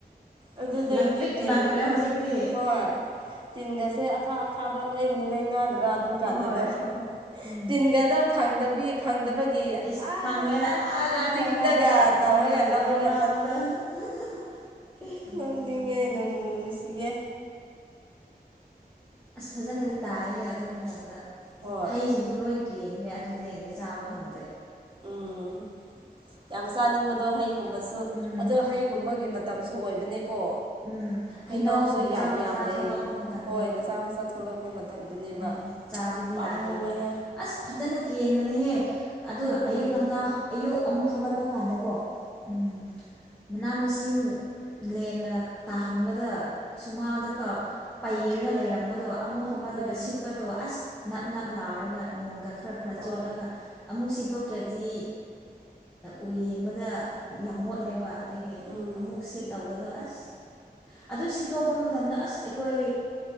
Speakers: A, on the right; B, in the centre.
A: ꯑꯗꯨꯗꯒꯤꯗꯤ
B: ꯂꯪꯇ꯭ꯔꯤꯛ
A: ꯇꯤꯟ
B: ꯂꯪꯈꯔꯦ ꯍꯧꯖꯤꯛꯇꯤ꯫
A: ꯍꯣꯏ ꯇꯤꯟꯒꯁꯦ ꯑꯊꯥ ꯑꯊꯥꯕ ꯂꯣꯏꯅ ꯂꯩꯅꯗ꯭ꯔꯥ ꯑꯗꯨ ꯀꯥꯟꯗꯨꯗ
B: ꯍꯣꯏ ꯎꯝ
A: ꯇꯤꯟꯒꯗ ꯐꯪꯗꯕꯤ ꯐꯪꯗꯕꯒꯤ
B: ꯏꯁ
A: ꯑꯥ
B: ꯐꯪꯗꯦꯅ
A: ꯑꯥꯗ
B: ꯑꯥ
A: ꯆꯤꯡꯗꯒ
B: ꯀꯥꯢ ꯀꯥꯏꯗꯅꯣ
A: ꯇꯧꯔꯒ ꯂꯧꯔꯒ
B: ꯂꯧꯅꯥ ꯌꯥꯕꯗ <unintelligible>
A: ꯅꯪꯅꯤꯡꯉꯦ ꯅꯨꯡꯕꯨ ꯅꯨꯡꯁꯤꯌꯦ꯫
B: ꯑꯁ ꯐꯖꯅꯗꯤ ꯇꯥꯏꯍꯦ ꯑꯗꯨ ꯃꯇꯝꯗ
A: ꯍꯣꯏ
B: ꯍꯩꯁꯤꯡꯁꯨ ꯂꯣꯏ ꯀꯦꯟꯈ꯭ꯔꯦ ꯑꯗꯨꯗꯩꯗꯤ ꯆꯥꯕ ꯐꯪꯗ꯭ꯔꯦ꯫
A: ꯎꯝ ꯌꯥꯝ ꯆꯥꯅꯤꯡꯕꯗꯣ ꯍꯩꯒꯨꯝꯕꯁꯨ
B: ꯎꯝ
A: ꯑꯗꯣ ꯍꯩꯒꯨꯝꯕꯒꯤ ꯃꯇꯝꯁꯨ ꯑꯣꯏꯕꯅꯦꯀꯣ꯫
B: ꯎꯝ
A: ꯍꯩꯅꯧꯁꯨ
B: ꯍꯩꯅꯧ ꯃꯆꯥ
A: ꯌꯥꯝ
B: ꯃꯆꯥ
A: ꯌꯥꯝ ꯂꯩ
B: ꯊꯣꯛꯂꯛꯄ ꯃꯇꯝꯗꯣ
A: ꯍꯣꯏ ꯃꯆꯥ ꯃꯆꯥ ꯊꯣꯛꯂꯛꯄ ꯃꯇꯝ ꯃꯇꯝꯗꯨꯅꯦꯕ
B: ꯎꯝ ꯆꯥꯕꯗꯤ
A: ꯄꯥꯝꯃꯨ
B: ꯌꯥꯗ꯭ꯔꯤꯕ
A: ꯑꯣꯏꯍꯦ
B: ꯑꯁ ꯐꯖꯅ ꯀꯦꯟꯕꯅꯦꯍꯦ ꯑꯗꯨꯒ
A: ꯎꯝ
B: ꯑꯌꯨꯛ ꯉꯟꯇꯥ ꯑꯌꯨꯛ ꯑꯃꯨꯛ ꯍꯧꯒꯠꯄ ꯀꯥꯟꯗꯀꯣ ꯎꯝ ꯃꯅꯥ ꯃꯁꯤꯡ ꯂꯦꯟꯅ ꯇꯥꯍꯟꯕꯗ ꯁꯨꯃꯥꯡꯗ ꯀ ꯄꯩꯔꯒ ꯂꯩꯔꯝꯕꯗꯣ ꯑꯃꯨꯛ ꯍꯧꯒꯠꯂꯛ
A: ꯎꯝ
B: ꯁꯤꯠꯄꯗꯣ ꯑꯁ ꯅꯞ ꯅꯞ ꯅꯞ ꯂꯥꯎꯔꯒ ꯅꯣꯡꯒ ꯈꯔ ꯈꯔ
A: ꯍꯣꯏ
B: ꯆꯣꯠꯂꯒ ꯑꯃꯨꯛ ꯁꯤꯗꯣꯛ ꯇ꯭ꯔꯗꯤ ꯎ ꯌꯦꯡꯕꯗ ꯌꯥꯝ ꯃꯣꯠꯂꯦꯕ꯫ ꯑꯗꯒꯤ
A: ꯎꯝ
B: ꯑꯃꯨꯛꯁꯦ ꯇꯧꯕꯗꯣ ꯑꯁ ꯑꯗꯨ ꯁꯤꯠꯇꯣꯛꯄ ꯃꯇꯝꯗ ꯑꯁ ꯑꯩꯈꯣꯏ